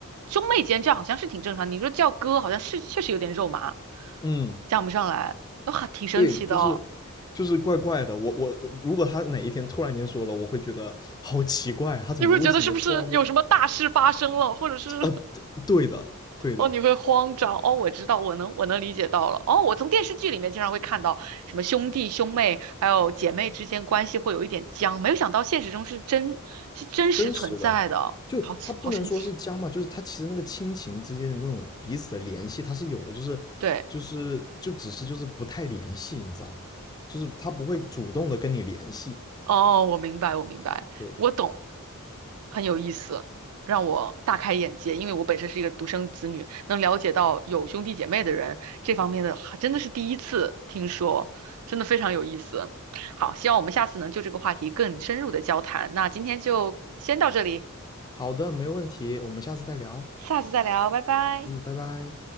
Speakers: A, on the right; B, on the left.
A: 兄妹间这样好像是挺正常。你说叫哥，好像是确实有点肉麻，
B: 嗯，
A: 讲不上来，哇，挺神奇的哦。
B: 对，就是就是怪怪的。我我我，如果她哪一天突然间说了，我会觉得好奇怪，她怎么为什么突然间？
A: 你会觉得是不是有什么大事发生了，或者是
B: 呃，对对的对的，
A: 哦，你会慌张哦，我知道，我能我能理解到了。哦，我从电视剧里面经常会看到什么兄弟兄妹还有姐妹之间关系会有一点僵，没有想到现实中是真是真实存在的，
B: 真实的，就他不能说是僵嘛，
A: 好奇好神奇。
B: 就是他其实那个亲情之间的那种彼此的联系，他是有的，就是就是就只是就是不太联系，
A: 对。
B: 你知道吗？就是他不会主动的跟你联系。
A: 哦，我明白，我明白，
B: 对，
A: 我懂，很有意思，让我大开眼界。因为我本身是一个独生子女，能了解到有兄弟姐妹的人这方面的，还真的是第一次听说，真的非常有意思。好，希望我们下次能就这个话题更深入的交谈。那今天就先到这里，
B: 好的，没问题，我们下次再聊。
A: 下次再聊，拜拜。
B: 嗯，拜拜。